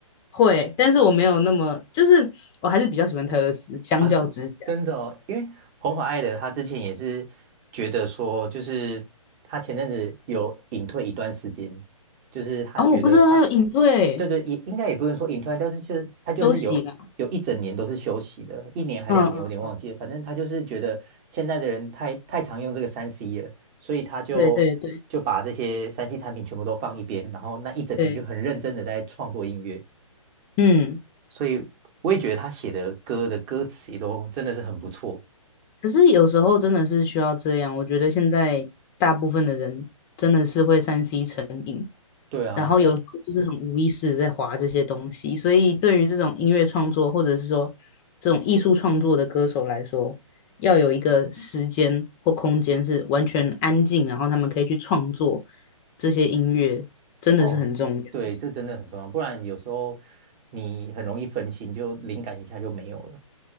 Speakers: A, on the left (about 20°); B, on the right (about 25°).
A: 会，但是我没有那么，就是我还是比较喜欢泰勒斯，相较之下。
B: 啊，这真的哦，因为红发爱的他之前也是觉得说，就是他前阵子有隐退一段时间，就是他觉得他，
A: 哦，我不知道他有隐退
B: 对对，也应该也不能说隐退，但是就是他就是有有一整年都是休息的，
A: 休息啦。
B: 一年还两年，
A: 嗯嗯，
B: 我有点忘记了，反正他就是觉得现在的人太太常用这个三 C 了，所以他就就把这些三
A: 对对对。
B: C 产品全部都放一边，然后那一整年就很认真的在创作音乐。
A: 对，嗯，
B: 所以我也觉得他写的歌的歌词也都真的是很不错。
A: 可是有时候真的是需要这样。我觉得现在大部分的人真的是会三 C 成瘾，
B: 对啊，
A: 然后有时候就是很无意识地在划这些东西。
B: 但
A: 所以对于这种音乐创作，或者是说这种艺术创作的歌手来说，要有一个时间或空间是完全安静，然后他们可以去创作这些音乐，真的是很重要。
B: 哦，对，这真的很重要，不然有时候你很容易分心，就灵感一下就没有了。